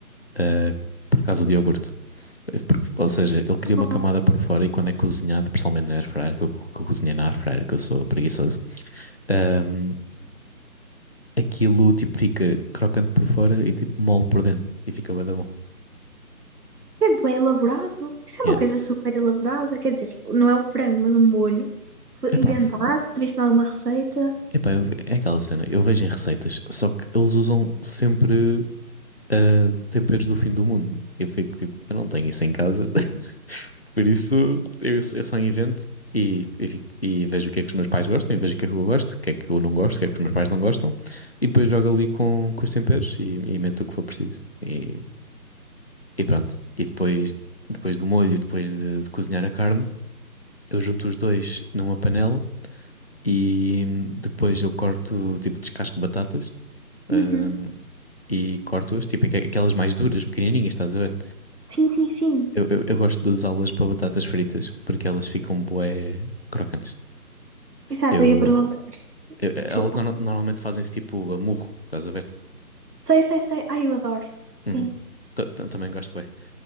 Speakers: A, on the left; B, on the right.
A: eh, por causa do iogurte. Eh, porque- ou seja, ele cria uma
B: Não.
A: camada por fora e quando é cozinhado, principalmente na air que eu, que eu cozinhei na air que eu sou preguiçoso, Ahm, aquilo tipo fica crocante por fora e tipo mole por dentro e fica bué da bom.
B: É bem elaborado. Isso
A: Yeah.
B: é uma coisa super elaborada. Quer dizer, não é o frango, mas o molho. Inventaste?
A: Epá, f-
B: Viste em alguma receita?
A: epá, eu- ve- é aquela cena, eu vejo em receitas, só que eles usam sempre ah, temperos do fim do mundo. Eu fico tipo, eu não tenho isso em casa, <laughs> por isso eu, eu só invento e, e, fico- e vejo o que é que os meus pais gostam, e vejo o que é que eu gosto, o que é que eu não gosto, o que é que os meus pais não gostam, e depois jogo ali com, com os temperos e, e meto o que for preciso. E, e pronto. E depois, depois do molho, depois de de cozinhar a carne. eu junto os dois numa panela e hum, depois eu corto, tipo, descasco batatas hum,
B: Uhum.
A: e corto-as, tipo, aquelas mais duras, pequenininhas, estás a ver?
B: Sim, sim, sim.
A: Eu, eu, eu gosto de usá-las para batatas fritas porque elas ficam bué crocantes.
B: Exato,
A: Eu,
B: eu ia perguntar.
A: eu- elas
B: Desculpa.
A: norma- normalmente fazem-se tipo a murro, estás a ver?
B: Sei, sei, sei. Ai, eu adoro. Sim.
A: Uhum. Ta- ta- Também gosto bem.